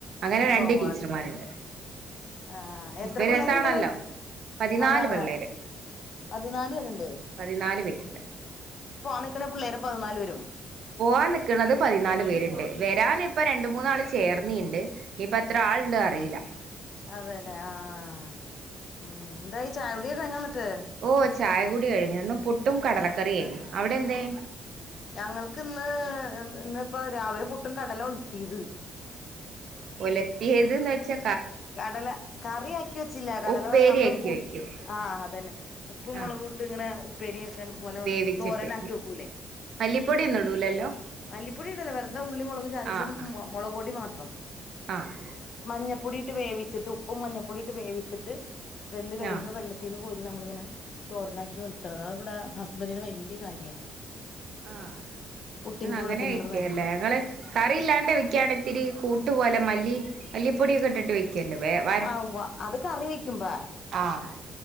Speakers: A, on the right; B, on the left.
A: അങ്ങനെ
B: ഉവ്വ്
A: രണ്ട്
B: ഉവ്വ്
A: ടീച്ചർമാരുണ്ട്
B: ആഹ് എത്ര
A: ഒക്കെ
B: പിള്ളേര്ണ്ട്?
A: രസാണല്ലോ പതിനാല്
B: അതെ അതെ
A: പിള്ളേര്
B: പതിനാല് പേര്ണ്ട്
A: പതിനാല് പേര്ണ്ട്
B: നിക്കണ പിള്ളേരും പതിനാല് പേരും
A: പോവാൻ നിക്ക്ണത് പതിനാാലു പേരുണ്ട് വരന്പ്പൊ രണ്ട് മൂന്നാള് ചേർന്നിണ്ട് ഇഞ്പ്പെത്ര ആള്ണ്ട് അറീല്ല
B: അതേല്ലേ? ആഹ് ഉം എന്തായി ചായ കുടിയൊക്കെ കഴിഞ്ഞെന്നിട്ട്?
A: ഓഹ് ചായ കുടി കഴിഞ്ഞു ഇന്ന് പുട്ടും കടലക്കറിയു ആയിരുന്നു. അവിടെന്തേ?
B: ഞങ്ങൾക്ക്ന്ന് ഇന്ന് പ്പൊ രാവിലെ പുട്ടും കടല ഒൽത്തിയത്
A: ഒലത്തിയത് ന്ന് വച്ചാ
B: കടല കറി ആക്കി വെച്ചില്ല കടല
A: ഉപ്പേരിയാക്കി
B: നമ്മള് കു
A: വെക്കും
B: ആഹ് അതന്നെ ഉപ്പും മുളകുട്ട്
A: ആ
B: ങ്ങനെ ഉ ഉപ്പേരി വെക്കാൻ പോലെ
A: വേവിച്ചിട്ട്
B: തോരനാക്കി വെക്കൂലേ
A: മല്ലിപ്പൊടിയൊന്നും ഇടൂലല്ലോ
B: മല്ലിപ്പൊടി ഇടൂല വെറുത ഉള്ളിയും മുളകും ചാലിച്ച്
A: ആ ആ
B: മൊ മൊളക് ‌പൊടി മാത്രം
A: ആഹ്
B: മഞ്ഞപ്പൊടിയിട്ട് വേവിച്ചിട്ട് ഉപ്പും മഞ്ഞപ്പൊടിയിട്ട് വേവിച്ചിട്ട് വെന്ത് കഴിയുമ്പോ
A: ആഹ്
B: വെള്ള ത്തിന്ന് കോരി നമ്മളിങ്ങനെ തോരനാക്കി ഒൽത്ത്ണത്. അത് വടെ ഹസ്ബന്റിന് വല്ല്യ കാര്യാ.
A: ആഹ്
B: പുട്ടിന്റെ
A: ങ്ങളങ്ങനെ
B: കൂടെ തിന്നണത്
A: വെയ്ക്കല്ലേ
B: ഭയ
A: ഞങ്ങള് കറിയില്ലാണ്ട് വെക്കയാണെ ഇത്തിരി കൂട്ടുപോലെ മല്ലി മല്ലിപ്പൊടിയൊക്കെ ഇട്ടിട്ട് വെ ക്കല്ലൊ വേവ
B: ആഹ് ഉവ്വ അത് കറി വെക്കുമ്പാ
A: ആഹ്